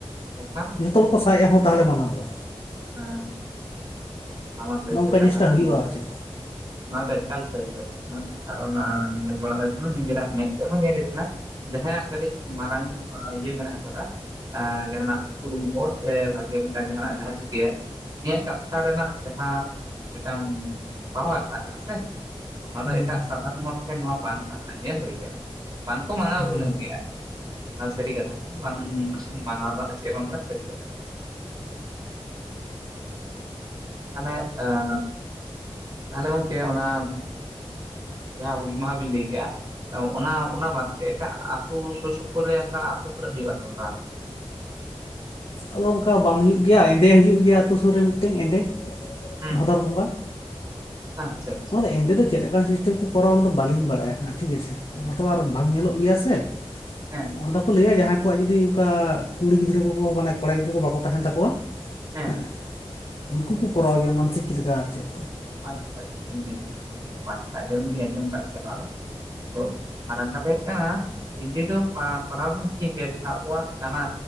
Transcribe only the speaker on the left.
ᱡᱷᱚᱛᱚ ᱦᱚᱲ ᱠᱚ ᱥᱟᱭ‌‌ ᱮ ᱦᱚᱸ ᱛᱟᱦᱞᱮ ᱢᱟᱱᱟᱣ-ᱟ ᱵᱚ᱾
ᱱᱚᱝᱠᱟ
ᱡᱤᱱᱤᱥᱴᱟ
ᱦᱩᱭᱩᱜᱼᱟ
ᱟᱨ
ᱪᱮᱫ
ᱦᱩᱸ
ᱦᱮᱸ
ᱟᱫᱚ ᱚᱱᱠᱟ ᱵᱟᱝ ᱦᱩᱭᱩᱜ ᱜᱮᱭᱟ ᱮᱸᱫᱮ ᱦᱩᱭᱩᱜ ᱜᱮᱭᱟ ᱟᱹᱛᱩ ᱥᱩᱨ ᱨᱮ ᱢᱤᱫ ᱴᱟᱱ ᱮᱸᱫᱮ᱾
ᱵᱷᱟᱫᱚᱨ ᱵᱚᱸᱜᱟ,
ᱱᱚᱣᱟ ᱫᱚ ᱮᱸᱫᱮ ᱫᱚ ᱪᱮᱫ ᱞᱮᱠᱟᱱ ᱥᱤᱥᱴᱮᱢ ᱠᱚ ᱠᱚᱨᱚᱱ ᱫᱚ ᱵᱟᱞᱤᱧ ᱵᱟᱲᱟᱭᱟ ᱦᱟᱸᱜ ᱴᱷᱤᱠ ᱟᱪᱷᱮ,
ᱚᱱᱟ ᱛᱚ ᱟᱨ ᱵᱟᱝ ᱧᱮᱞᱚᱜ ᱜᱮᱭᱟ ᱥᱮ
ᱚᱱᱟ ᱫᱚᱠᱚ ᱞᱟᱹᱭᱟ ᱡᱟᱦᱟᱸᱭ ᱠᱚᱣᱟᱜ ᱡᱩᱫᱤ ᱚᱠᱟ ᱠᱩᱲᱤ ᱜᱤᱫᱽᱨᱟᱹ ᱠᱚ <unintelligible> ᱠᱚᱲᱟ ᱜᱤᱫᱽᱨᱟᱹ ᱠᱚ ᱵᱟᱠᱚ ᱛᱟᱦᱮᱱ ᱛᱟᱠᱚᱣᱟ
ᱦᱮᱸᱼᱼ ᱩᱱᱠᱩ ᱠᱚ ᱠᱚᱨᱟᱣ ᱜᱮᱭᱟ ᱢᱟᱱᱥᱤᱠ ᱞᱮᱠᱟ ᱟᱨ ᱪᱮᱫᱼᱼ